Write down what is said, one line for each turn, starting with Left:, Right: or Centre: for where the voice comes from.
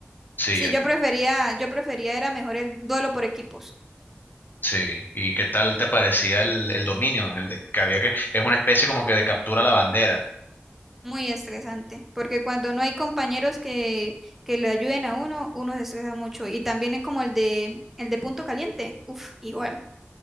Left: Sí,
Centre: Sí,
Left: el-
Centre: yo prefería, yo prefería era mejor el duelo por equipos.
Left: sí. ¿Y qué tal te parecía el, el dominio? El de que había que. Es una especie como que de captura la bandera.
Centre: Muy estresante, porque cuando no hay compañeros que, que le ayuden a uno, uno se estresa mucho. Y también es como el de, el de punto caliente. Uf, igual.